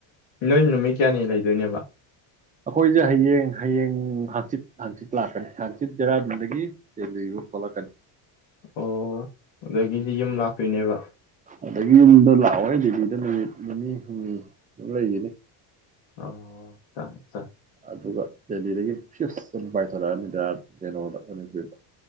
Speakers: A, on the left (about 80°); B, on the right (about 20°).
A: ꯅꯣꯏ ꯅꯨꯃꯤꯠ ꯀꯌꯥꯅꯤ ꯂꯩꯗꯣꯏꯅꯦꯕ
B: ꯑꯈꯣꯏꯁꯦ ꯍꯌꯦꯡ ꯍꯌꯦꯡ ꯍꯡꯆꯤꯠ ꯍꯡꯆꯤꯠ ꯂꯥꯛꯀꯅꯤ ꯍꯡꯆꯤꯠ ꯗꯦꯔꯥꯗꯨꯟꯗꯒꯤ ꯗꯦꯜꯂꯤꯐꯥꯎ ꯊꯣꯛꯂꯛꯀꯅꯤ
A: ꯑꯣ ꯑꯗꯒꯤꯗꯤ ꯌꯨꯝ ꯂꯥꯛꯇꯣꯏꯅꯦꯕ
B: ꯑꯗꯒꯤ ꯌꯨꯝꯗ ꯂꯥꯛꯑꯣꯢ ꯗꯦꯜꯂꯤꯗ ꯅꯨꯃꯤꯠ ꯅꯤꯅꯤ ꯍꯨꯝꯅꯤ ꯑꯗꯨꯝ ꯂꯩꯈꯤꯅꯤ
A: ꯑꯣ ꯆ ꯆ
B: ꯑꯗꯨꯒ ꯗꯦꯜꯂꯤꯗꯒꯤ ꯐꯤꯛꯁ ꯑꯗꯨꯝ ꯄꯥꯏꯊꯣꯔꯛꯑꯅꯤꯗ ꯀꯩꯅꯣꯗ ꯃꯅꯤꯄꯨꯔꯤꯗ